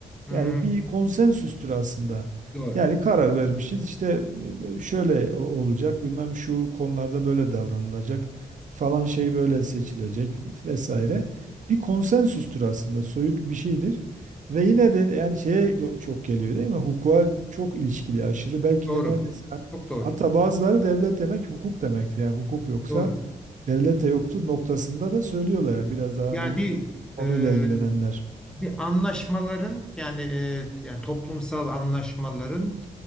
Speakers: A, in the centre; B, on the right.
A: Hı
B: yani
A: hı.
B: bir konsensüstür aslında.
A: Doğru.
B: Yani karar vermişiz işte e, e, şöyle o- olacak bilmem şu konularda böyle davranılacak falan şey böyle seçilecek vesaire. Bir konsensüstür aslında soyut bir şeydir. Ve yine de yani şeye do- çok geliyor değil mi? Hukuka çok ilişkili aşırı belki
A: Doğru.
B: de neredeyse hani
A: Çok doğru.
B: hatta bazıları devlet demek hukuk demektir. Yani hukuk yoksa
A: Doğru.
B: devlet de yoktur noktasında da söylüyorlar. Yani biraz daha
A: Yani
B: bu
A: bir
B: konuyla
A: e,
B: ilgilenenler.
A: bir anlaşmaların yani, e, yani toplumsal anlaşmaların